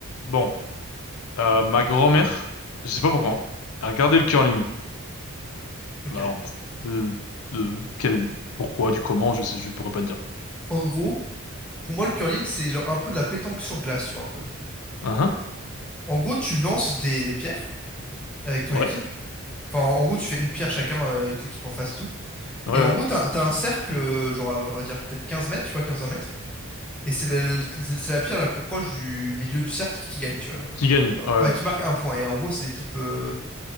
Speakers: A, on the left; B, in the centre.
A: bon euh, ma grand-mère je sais pas pourquoi hein, elle regardait le curling.
B: Ok.
A: Bah, alors pff, euh, euh, quel pourquoi du comment je sais je pourrais pas te dire.
B: En gros, pour moi, le curling, c'est genre un peu de la pétanque sur glace, tu vois, un peu.
A: Uhum.
B: En gros, tu lances des, des pierres avec ton
A: Ouais
B: équipe. Enfin, en en gros, tu fais une pierre chacun euh, avec l'équipe en face et tout.
A: ouais
B: Et en
A: ouais.
B: gros, t'as, t'as un cercle, euh, genre, on va dire peut-être 15 mètres, tu vois, quinze 20 mètres. Et c'est la, c'est- la pierre la plus proche du milieu du cercle qui, qui gagne, tu vois. Alors.
A: Qui gagne?
B: Et, euh,
A: Ouais.
B: Enfin,
A: ouais.
B: qui marque un point. Et en gros, c'est l'équipe euh,